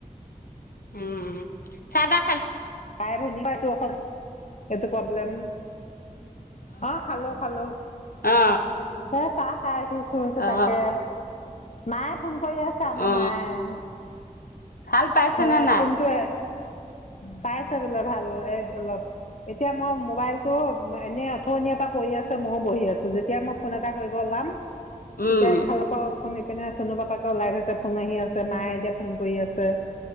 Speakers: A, on the left (about 85°); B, on the left (about 55°).
A: উম, চা তা
B: বাই ভনী <unintelligible> এইটো প্ৰব্লেম অ', খালোঁ খালোঁ৷
A: অ
B: এ চাহ খাই উঠিছো <unintelligible>
A: অ
B: তাকে মায়ে ফোন কৰি আছে আমাৰ
A: অ
B: মায়ে,
A: ভাল পাইছেনে
B: সেয়া
A: নাই
B: ফোনটোৱে
A: <inaudible>
B: পাইছে বোলে ভাল এই অলপ এতিয়া মই মোবাইলটো এনে আথনিৰ পৰা পৰি আছে মইও বহি আছো৷যেতিয়া মই ফোন এটা কৰিব ল <unintelligible>
A: উম
B: তেতিয়া ইফালৰ পৰা ফোন ইপিনে চনু পাপাকে ওলাই গৈছে ফোন আহি আছে মায়ে এতিয়া ফোন কৰি আছে৷